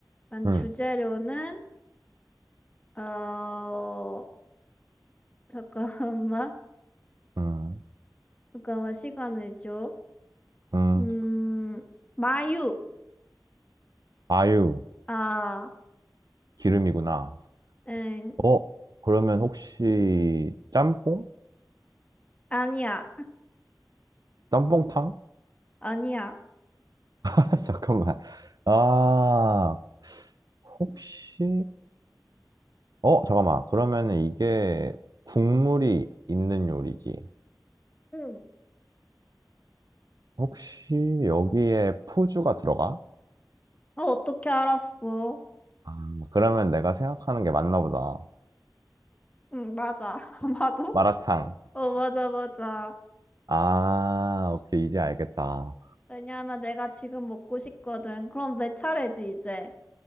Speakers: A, on the left; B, on the right.
A: 난
B: 음,
A: 주재료는, 어, <laughs> 잠깐만,
B: 음,
A: 잠깐만, 시간을 줘.
B: 음.
A: 음, 마유.
B: 아유가
A: 아,
B: 기름이구나.
A: 응,
B: 어, 그러면 혹시 짬뽕?
A: 아니야,
B: 짬뽕탕?
A: 아니야.
B: <laughs> 아, 잠깐만. 아, 혹시, 어, 잠깐만. 그러면은 이게 국물이 있는 요리지.
A: 응.
B: 혹시 여기에 푸주가 들어가?
A: 어, 어떻게 알았어?
B: 아, 그러면 내가 생각하는 게 맞나 보다.
A: 응, 맞아. <laughs> 아마도?
B: 마라탕.
A: 어, 맞아, 맞아.
B: 아, 오케이. 이제 알겠다.
A: 왜냐하면 내가 지금 먹고 싶거든. 그럼 내 차례지, 이제.